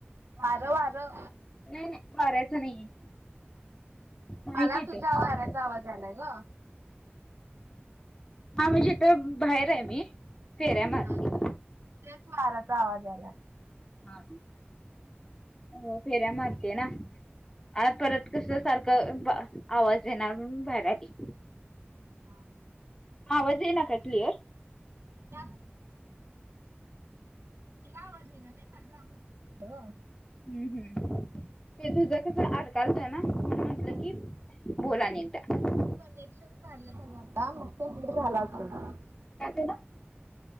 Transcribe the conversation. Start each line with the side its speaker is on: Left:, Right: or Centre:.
Right: वारं वारं
Left: नाही नाही वार्याचं नाहीये. नाही
Right: मला
Left: की इथं
Right: तुझ्या वाऱ्याचा आवाज आलाय गं.
Left: हा म्हणजे इथं बाहेर आहे मी. फेऱ्या मारते.
Right: हा तेच वाराचा आवाज आलाय.
Left: हा हो फेऱ्या मारते ना आत परत कसं सारखं आवाज बा येणार म्हणुन बाहेर आली.
Right: हां.
Left: आवाज येना काय क्लिअर?
Right: त्या म्हण तुला आवाज येना नाय माझा म्हणुन बोललो.
Left: हम्म हम्म ते तुझं कसं अडकालतोय ना. म्हणून म्हटलं की बोला नाही तर.
Right: कनेक्शन काढलं सगळं आता <unintelligible> झाला असतं.
Left: काय झालं?